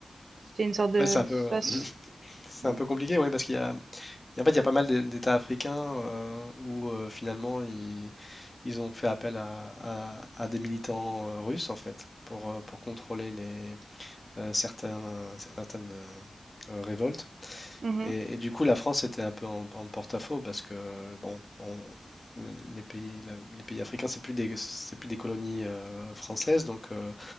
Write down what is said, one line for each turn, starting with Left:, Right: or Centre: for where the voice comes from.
Right: c'était une sorte de
Left: ouais, c'est un peu,
Right: faç
Left: <laughs> c'est
Right: ouais.
Left: un peu compliqué, oui, parce qu'il y a, en fait, il y a pas mal d'É- d'États africains euh, où euh, finalement ils, ils ont fait appel à, à- à des militants euh, russes en fait pour, euh, pour contrôler les euh, certains, certaines euh, euh, révoltes.
Right: Mmh
Left: Et,
Right: mh.
Left: et du coup, la France était un peu en, en porte-à-faux parce que, bon, on- les pays, la- les pays africains, c'est plus des, c'est plus des colonies euh, françaises. Donc, euh,